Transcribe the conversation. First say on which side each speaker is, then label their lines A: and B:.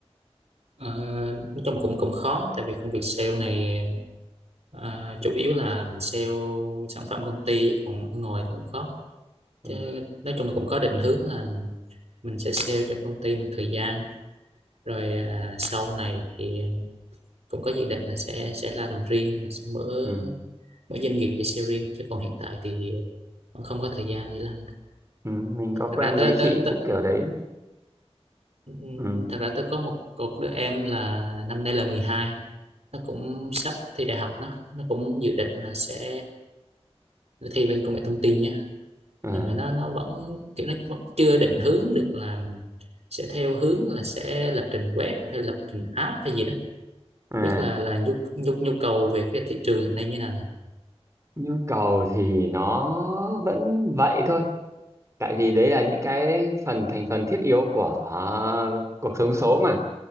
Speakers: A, on the right (about 75°); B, on the right (about 30°).
A: Ờ, nói chung cũng cũng khó tại vì công việc sale này À, chủ yếu là mình sale sản phẩm công ty còn ở ngoài thì cũng khó
B: Ừ.
A: chứ nói chung là cũng có định hướng là mình sẽ sale cho công ty một thời gian rồi à, sau này thì cũng có dự định là sẽ sẽ ra làm riêng là sẽ mở
B: Ừ.
A: mở doanh nghiệp để sale riêng chứ còn hiện tại thì cũng không có thời gian để làm
B: Ừ. Mình có quen
A: thật ra tới
B: mấy chị
A: tới, tới
B: cũng kiểu đấy.
A: ừm,
B: Ừ.
A: thật ra tới có một cột đứa em là năm nay là mười hai nó cũng sắp thi đại học nó nó cũng dự định là sẽ thi bên công nghệ thông tin nhé
B: À.
A: nhưng mà nó nó vẫn kiểu nó vẫn chưa định hướng được là sẽ theo hướng là sẽ lập trình web hay lập trình app hay gì đó
B: À.
A: không biết là là nhu nhu nhu cầu về cái thị trường hiện nay như nào nhỉ
B: Nhu cầu thì nó vẫn vậy thôi. Tại vì đấy là những cái phần thành phần thiết yếu của cuộc sống số mà.